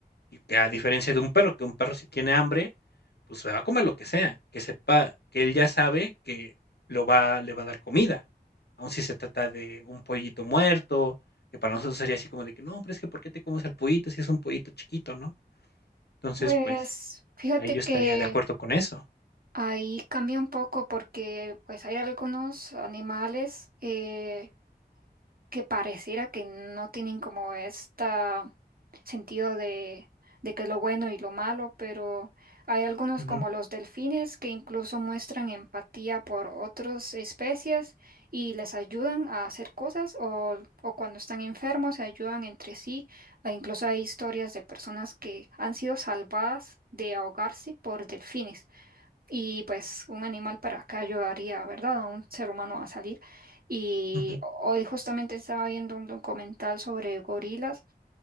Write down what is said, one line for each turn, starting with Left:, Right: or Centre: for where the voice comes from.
Left: Y que a diferencia de un perro, que un perro si tiene hambre, pues se va a comer lo que sea, que sepa, que él ya sabe que lo va, le va a dar comida. Aun si se trata de un pollito muerto, que para nosotros sería así como de que no, pero es que ¿por qué te comes al pollito si es un pollito chiquito, no? Entonces,
Right: Pues
Left: pues
Right: fíjate
Left: ahí yo
Right: que
Left: estaría de acuerdo con eso.
Right: ahí cambia un poco porque pues hay algunos animales, eh, que pareciera que no tienen como este sentido de, de que es lo bueno y lo malo, pero hay algunos
Left: Ujú,
Right: como los delfines que incluso muestran empatía por otras especies y les ayudan a hacer cosas o, o cuando están enfermos se ayudan entre sí. E incluso hay historias de personas que han sido salvadas de ahogarse por delfines. Y pues un animal para acá ayudaría, ¿verdad? A un ser humano a salir. Y
Left: ujú,
Right: hoy justamente estaba viendo un documental sobre gorilas